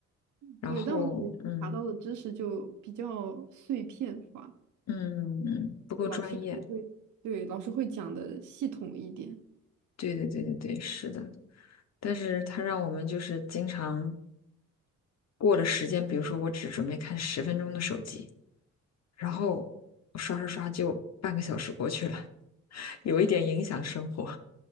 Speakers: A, on the left; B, on the right.
A: 然后，
B: 对，但我感觉查到的知识就比较碎片化。
A: 嗯嗯嗯，不够专业。
B: 老师可能会，对，老师会讲的系统一点。
A: 对对对对对，是的。但是它让我们就是经常过了时间，比如说我只准备看十分钟的手机，然后我刷刷刷就半个小时过去了，<laughs> 有一点影响生活。